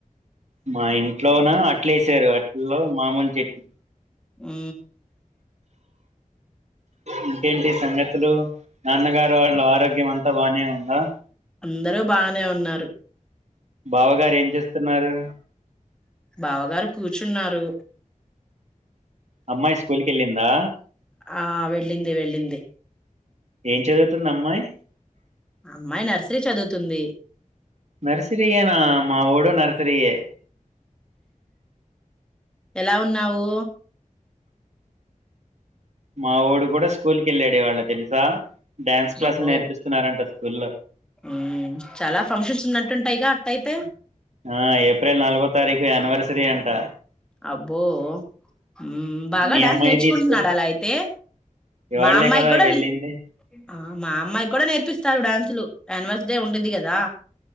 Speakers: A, on the right (about 55°); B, in the centre.
A: మా ఇంట్లోన అట్లు ఏసారు అట్ లో మామూలు చట్
B: ఉ
A: ఇంకేంటి సంగతులు నాన్నగారు వాళ్ళ ఆరోగ్యం అంతా బానే ఉన్ దా
B: అందరూ బాగనే ఉన్నారు
A: బావగారు ఏం చేస్తున్నారు
B: బావగారు కూర్చున్నారు
A: అమ్మాయి స్కూల్ కి వెళ్ళిందా
B: ఆ వెళ్ళింది వెళ్ళింది
A: ఏం చదుత్ తున్ అమ్మాయి
B: అమ్మాయి నర్సరీ చదువుతుంది
A: నర్సరియేనా మావోడు నర్సరియే
B: ఎలా ఉన్నావు
A: మా వోడు కూడా స్కూల్కి ఎళ్ళాడు ఇవాళ్ళ తెలుసా డ్యాన్స్ క్లాసులు
B: అబ్బో
A: నేర్పిస్తున్నారంట స్కూల్లో
B: ఉ చాలా ఫంక్షన్స్ ఉన్నట్టుంటాయి గా అట్ట అయితే
A: ఆ ఏప్రిల్ నాలుగో తారీఖు యానివర్సరీ అంట
B: అబ్బో ఉ బాగా
A: మీ
B: డ్యాన్స్
A: అమ్మాయి
B: నేర్చుకుంటున్నాడా
A: తీసుకు
B: అలా అయితే
A: ఇవాళ్లే
B: మా అమ్మాయి
A: కదా
B: కూడా
A: వెళ్ళింది
B: విల్ ఆ మా అమ్మాయికి కూడా నేర్పిస్తారు డాన్స్ తులు యానివర్స్ డే ఉండిది కదా